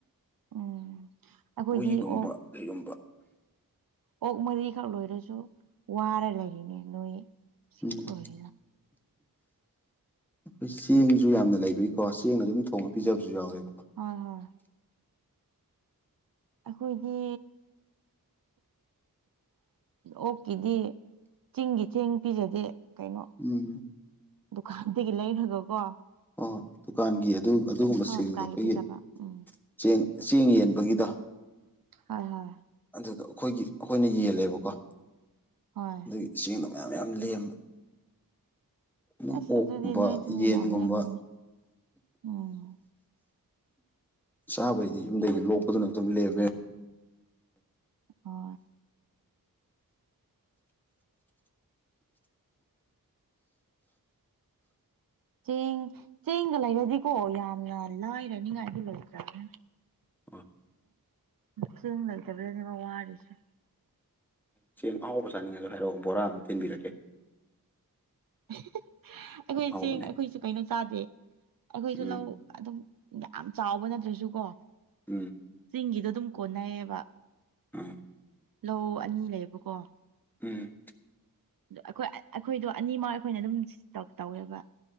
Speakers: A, on the right; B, in the centre.
A: ꯎꯝ ꯑꯩꯈꯣꯏꯗꯤ
B: ꯍꯨꯏꯒꯨꯝꯕ
A: ꯑꯣꯛ
B: ꯀꯩꯒꯨꯝꯕ
A: ꯑꯣꯛ ꯃꯔꯤꯈꯛ ꯂꯣꯏꯔꯁꯨ ꯋꯥꯔ ꯂꯩꯔꯤꯅꯦ ꯣꯏ ꯁꯤ
B: ꯎꯝ
A: ꯑꯣꯏ
B: ꯑꯩꯈꯣꯏ ꯆꯦꯡ ꯁꯨ ꯌꯥꯝꯅ ꯂꯩꯕꯒꯤꯀꯣ ꯆꯦꯡꯅ ꯑꯗꯨꯝ ꯊꯣꯡꯉ ꯄꯤꯖꯕꯁꯨ ꯌꯥꯎꯋꯦꯕꯀꯣ
A: ꯍꯣꯏ ꯍꯣꯏ ꯑꯩꯈꯣꯏꯒꯤ ꯑꯣꯛꯀꯤꯗꯤ ꯆꯤꯡꯒꯤ ꯊꯦꯡ ꯄꯤꯖꯗꯦ ꯀꯩꯅꯣ
B: ꯎꯝ
A: ꯗꯨꯀꯥꯟꯗꯒꯤ ꯂꯩꯈ꯭ꯔꯒꯀꯣ
B: ꯑꯣ ꯗꯨꯀꯥꯟꯒꯤ ꯑꯗꯨ ꯑꯗꯨꯒꯨꯝꯕ
A: ꯍ
B: ꯁꯦꯜꯗꯣ
A: ꯗꯨꯀꯥꯟꯒꯤ
B: ꯑꯩꯈꯣꯏꯒꯤ
A: ꯄꯤꯖꯕ ꯎꯝ
B: ꯆꯦꯡ ꯆꯦꯡ ꯌꯦꯟꯕꯒꯤꯗ
A: ꯍꯣꯏ ꯍꯣꯏ
B: ꯑꯗꯨꯗ ꯑꯩꯈꯣꯏꯒꯤ ꯑꯩꯈꯣꯏꯅ ꯌꯦꯜꯂꯦꯕꯀꯣ
A: ꯍꯣꯏ
B: ꯑꯗꯨꯒꯤ ꯆꯦꯡꯅ ꯃꯌꯥꯝ ꯌꯥꯝ ꯂꯦꯝꯕ ꯑꯗꯨꯝ
A: ꯑꯁ
B: ꯑꯣꯛꯀꯨꯝꯕ
A: ꯑꯗꯨꯗꯤ ꯅꯣꯏꯁꯨ
B: ꯌꯦꯟꯒꯨꯝꯕ
A: ꯌꯥꯝ ꯂꯩꯦꯕꯅꯤ ꯑꯣꯝ
B: ꯆꯥꯕꯩꯗꯤ ꯌꯨꯝꯗꯒꯤ ꯂꯣꯛꯄꯗꯨꯅ ꯑꯗꯨꯝ ꯂꯦꯝꯃꯦ
A: ꯍ ꯆꯦꯡ ꯆꯦꯡꯒ ꯂꯩꯔꯗꯤꯀꯣ ꯌꯥꯝꯅ ꯂꯥꯏꯔꯅꯤꯉꯥꯏꯗꯤ ꯂꯩꯇ꯭ꯔꯒꯦ
B: <inaudible>
A: ꯁꯦꯡ ꯂꯩꯇꯃ ꯋꯥꯔꯁ
B: ꯆꯦꯡ ꯑꯍꯥꯎꯕ ꯆꯥꯅꯤꯡꯉꯁꯨ ꯍꯥꯏꯔꯛꯑꯣ ꯕꯣꯔꯥ ꯑꯃꯝ ꯊꯤꯟꯕꯤꯔꯛꯀꯦ
A: ꯑꯩꯈꯣꯏ
B: ꯑꯍꯥꯎꯕꯅꯦ
A: ꯆꯦꯡ ꯑꯩꯈꯣꯏꯁꯨ ꯀꯩꯅꯣ ꯆꯥꯗꯦ ꯑꯩꯈꯣꯏꯁꯨ
B: ꯎꯝ
A: ꯂꯧ ꯑꯗꯨꯝ ꯌꯥꯝ ꯆꯥꯎꯕ ꯅꯠꯇ꯭ꯔꯁꯨ ꯀꯣ
B: ꯎꯝ
A: ꯆꯤꯡꯒꯤꯗꯣ ꯑꯗꯨꯝ ꯀꯣꯟꯅꯩꯌꯦꯕ
B: ꯎꯝ
A: ꯂꯧ ꯑꯅꯤ ꯂꯩꯌꯦꯕꯀꯣ
B: ꯎꯝ
A: ꯑ ꯑꯩꯈꯣꯏ ꯑꯩꯈꯣꯏꯗꯣ ꯑꯅꯤꯃꯛ ꯑꯩꯈꯣꯏꯅ ꯑꯗꯨꯝ ꯇꯧꯋꯦꯕ